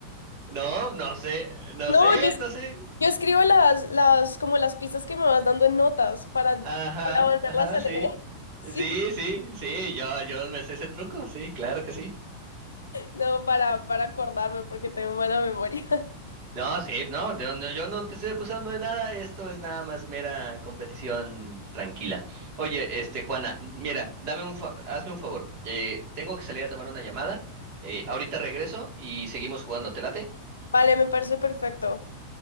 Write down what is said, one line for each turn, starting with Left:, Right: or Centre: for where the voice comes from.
Right: No, no sé, no
Left: No,
Right: sé,
Left: yo, es-
Right: no sé.
Left: yo escribo las, las, como las pistas que me vas dando en notas para,
Right: Ajá,
Left: para volverlas
Right: ajá,
Left: a
Right: sí.
Left: leer. <laughs> Sí,
Right: Sí, sí, sí, yo, yo me sé ese truco, sí, claro que sí.
Left: no, para, para acordarme porque tengo mala memoria. <laughs>
Right: No, sí, no, yo no, yo no te estoy acusando de nada, esto es nada más mera competición tranquila. Oye, este, Juana, mira, dame un fa- hazme un favor, eh, tengo que salir a tomar una llamada, eh, ahorita regreso y seguimos jugando, ¿te late?
Left: Vale, me parece perfecto.